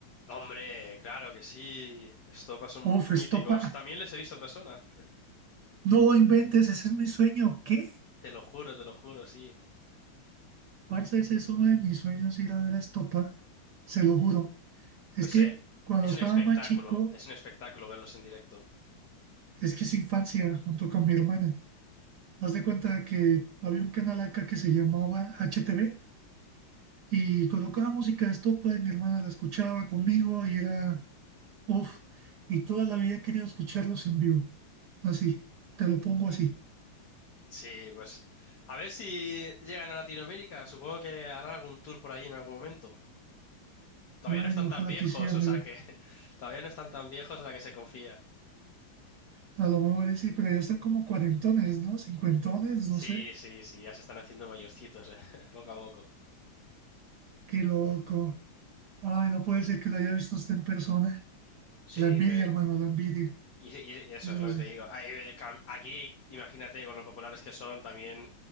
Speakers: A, on the left; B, on the right.
A: Hombre, claro que sí. Estopa son
B: Uf,
A: míticos.
B: Estopa,
A: También les he visto en persona.
B: no inventes, ese es mi sueño. ¿Qué?
A: Te lo juro, te lo juro, sí.
B: Parce, ese es uno de mis sueños ir a ver a Estopa. se lo juro. Es
A: Pues
B: que
A: eh,
B: cuando
A: es
B: estaba
A: un espectáculo,
B: más chico,
A: es un espectáculo verlos en directo.
B: es que es infancia junto con mi hermana. Haz de cuenta que había un canal acá que se llamaba HTV y colocaba música de estopa y mi hermana la escuchaba conmigo y era uff. Y toda la vida he querido escucharlos en vivo. Así, te lo pongo así.
A: Sí, pues a ver si llegan a Latinoamérica. Supongo que harán algún tour por ahí en algún momento. Todavía
B: Ay,
A: no están
B: ojalá
A: tan viejos,
B: que sí, amigo.
A: o sea que <laughs> todavía no están tan viejos a la que se confía.
B: A lo mejor y sí, pero ya están como cuarentones, ¿no? Cincuentones,
A: Sí,
B: no sé.
A: sí, sí, ya se están haciendo mayorcitos, eh, <laughs> poco a poco.
B: Qué loco. Ay, no puede ser que lo haya visto usted en persona.
A: Sí,
B: La envidia,
A: pero
B: hermano, la envidia.
A: y, y eso
B: Eso
A: es lo
B: sí.
A: que te digo. Ah, eh, cam- Aquí, imagínate, con los populares que son también.